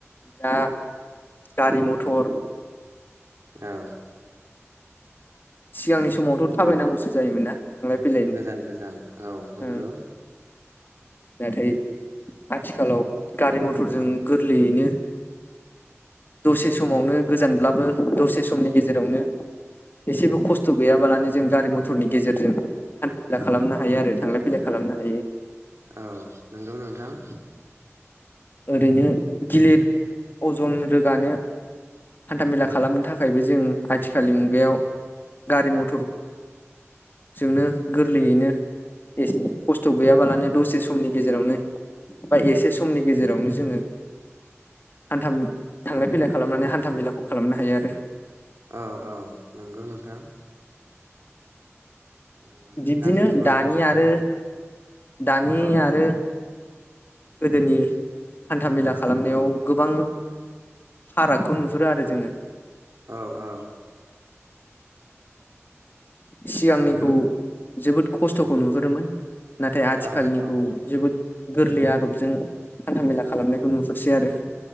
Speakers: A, on the left (about 45°); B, on the right (about 65°).
A: दा गारि मथर।
B: औ।
A: सिगांनि समावथ' थाबायनांगौसो जायोमोन ना? थांलाय फैलायनि
B: गोजान गोजान औ नंगौ।
A: ओं नाथाय आथिखालाव गारि मथरजों गोरलैयैनो। दसे समावनो गोजानब्लाबो दसे समनि गेजेरावनो एसेबो खस्थ' गैयाबालानो जों गारि मथरनि गेजेरजों हान्था मेला खालामनो हायो आरो थांलाय फैलाय खालामनो हायो।
B: औ नंगौ नोंथां।
A: ओरैनो गिलिर अजन रोगानो हान्थाामेला खालामनो थाखायबो जों आथिखालनि मुगायाव गारि मथरजोंनो गोरलैयैनो एसे खस्थ' गैयाबालानो दसे समनि गेजेरावनो बा एसे समनि जोङो हान्थाम थांलाय फैलाय खालामनानै हान्था मेलाखौ खालामनो हायो आरो
B: औ औ नंगौ नोंथां। ओ नोंथाङा
A: बिब्दिनो
B: सैथो बाथ्राखौनो
A: दानि आरो
B: बुंदों
A: दानि
B: औ
A: आरो गोदोनि हान्थामेला खालामनायाव गोबां फारागखौ नुहुरो आरो जोङो।
B: औ औ
A: सिगांनिखौ
B: नंगौ
A: जोबोद खस्थ'खौ नुहुरोमोन। नाथाय आथिखालनिखौ
B: औ औ
A: जोबोद गोरलै आदबजों हान्थामेला खालामनायखौ नुहुरसै आरो